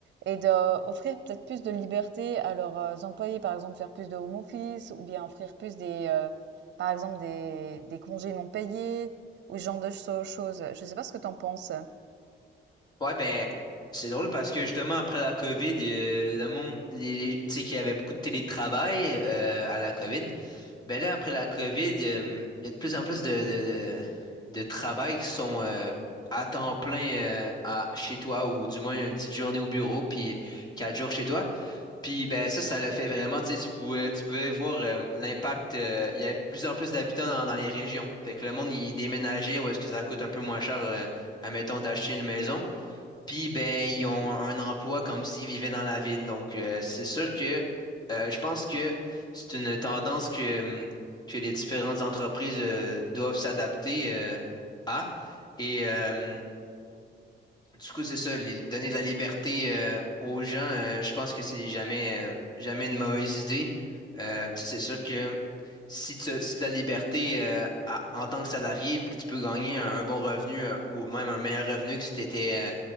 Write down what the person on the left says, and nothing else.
Ouais, ben, c'est drôle parce que justement, après la COVID, euh, le monde, les, les- tu sais, qu'il y avait beaucoup de télétravail euh, à la COVID. Ben là, après la COVID, euh, il y a de plus en plus de, de, de, de travail qui sont euh, à temps plein euh, à, chez toi ou du moins une petite journée au bureau puis quatre jours chez toi. Puis ben ça, ça l'a fait vraiment, tu sais, tu pouvais, tu pouvais voir euh, l'impact. euh, il y avait de plus en plus d'habitants dans, dans les régions. Fait que le monde, il déménageait où est-ce que ça coûte un peu moins cher, euh, admettons, d'acheter une maison. Puis ben, ils ont un emploi comme s'ils vivaient dans la ville. Donc euh, c'est sûr que euh, je pense que c'est une tendance que, hum, que les différentes entreprises euh, doivent s'adapter euh, à. Et, euh, du coup, c'est ça, li- donner de la liberté euh, aux gens, euh, je pense que c'est jamais, euh, jamais une mauvaise idée. Euh, tu sais, c'est sûr que si tu as, si tu as de la liberté euh, à- en tant que salarié, puis que tu peux gagner un, un bon revenu euh, ou même un meilleur revenu que si tu étais